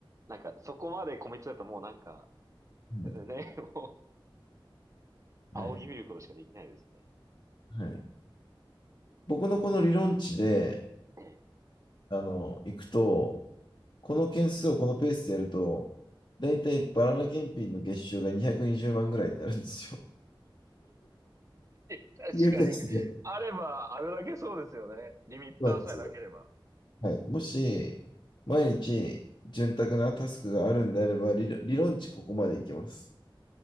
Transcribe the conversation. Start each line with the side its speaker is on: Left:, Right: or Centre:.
Right: なんか、そこまでコミットだともうなんか、
Left: はい。
Right: ね、もう、
Left: はい
Right: 仰ぎ見ることしかできないですね。
Left: はい僕のこの理論値で、
Right: ええ
Left: あの、いくと、この件数をこのペースでやると、だいたいバナナ検品の月収が220万ぐらいになるんですよ。
Right: <laughs> 確かに。
Left: <laughs> そう
Right: あれば、あれだけそうですよね。リミッターさえなければ。
Left: なんですよはい。もし、毎日、潤沢なタスクがあるんであれば、理論、理論値ここまでいきます。